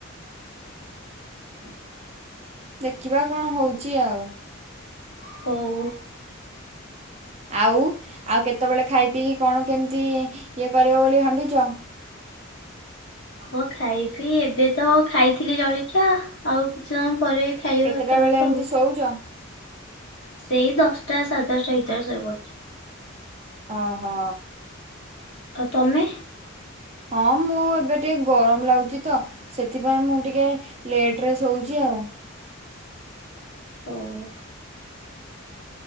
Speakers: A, on the left (about 60°); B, on the right (about 30°).
A: ହ <inaudible>
B: ଦେଖିବା କଣ ହଉଚି ଆଉ।
A: ହଉ।
B: ଆଉ ଆଉ କେତେବେଳେ ଖାଇ ପିଇକି କଣ କେମିତି ଇଏ କରିବ ବୋଲି ଭାବିଚ?
A: ହଁ ଖାଇ ପିଇ ଏବେ ତ ଖାଇଥିଲି ଜଳିଖିଆ ଆଉ କିଛି ସମୟ ପରେ ଖାଇବା
B: କେତେଟା
A: ଭାତ
B: ବେଳେ
A: ଫାତ
B: ଏମିତି
A: ଆଉ।
B: ଶୋଉଚ?
A: ସେଇ ଦଶଟା ସାଡ ଦଶଟା ଭିତରେ ଶୋଇ ପଡ଼ୁଚି।
B: ଅହୋ।
A: ଆଉ ତମେ?
B: ହଁ ମୁଁ ଏବେ ଟିକେ ଗରମ ଲାଗୁଚି ତ ସେଥିପାଇଁ ମୁଁ ଟିକେ ଲେଟ ରେ ଶୋଉଚି ଆଉ।
A: ହଉ।